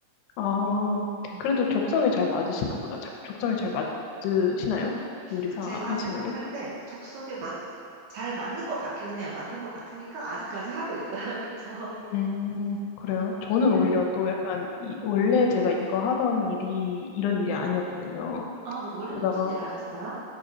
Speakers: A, on the left; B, on the right.
A: 아,
B: 음.
A: 그래도 적성에 잘 맞으시나 보다. 자- 적성에 잘 맞으시나요? 요리사
B: 그 제가
A: 하시는
B: 생각할
A: 게?
B: 때 적성에 맞, 잘 맞는 것 같기는 해요. 맞는 것 같으니까 아직까지 하고 있어요. <laughs> 그쵸?
A: 음, 그래요. 저는
B: 네.
A: 오히려 또 약간, 이, 원래 제가 이거 하던 일이 이런 일이 아니었거든요.
B: 아, 그 원래는
A: 그러다가,
B: 무슨 일을 하셨어요?